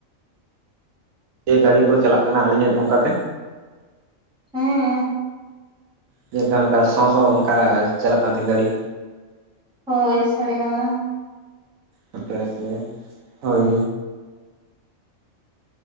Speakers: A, on the right (about 80°); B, in the centre.
A: ᱮ ᱜᱟᱹᱲᱤ ᱠᱚ ᱪᱟᱞᱟᱜ ᱠᱟᱱᱟ ᱟᱹᱞᱤᱧᱟᱜ ᱱᱚᱝᱠᱟᱛᱮ?
B: ᱦᱮᱸ᱾
A: ᱡᱮᱞᱮᱠᱟ ᱚᱱᱠᱟ ᱥᱚᱸ ᱥᱚᱸ ᱚᱱᱠᱟ ᱪᱟᱞᱟᱜ ᱠᱟᱱ ᱛᱟᱦᱮᱸᱼᱟ ᱜᱟᱹᱲᱤ?
B: ᱦᱳᱭ ᱥᱟᱲᱮ ᱠᱟᱱᱟ
A: ᱦᱟᱯᱮ ᱦᱟᱯᱮ ᱦᱚᱭ